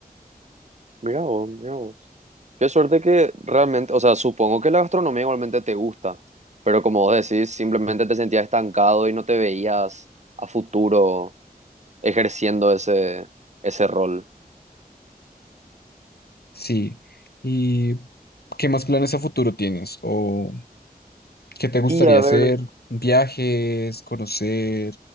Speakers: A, on the right; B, on the left.
A: Mira vos, mira vos. Qué suerte que realmente, o sea, supongo que la gastronomía igualmente te gusta, pero como vos decís, simplemente te sentías estancado y no te veías a futuro ejerciendo ese, ese rol.
B: Sí. ¿Y qué más planes a futuro tienes? ¿O qué te gustaría
A: Y a
B: hacer?
A: ver.
B: ¿Viajes, conocer,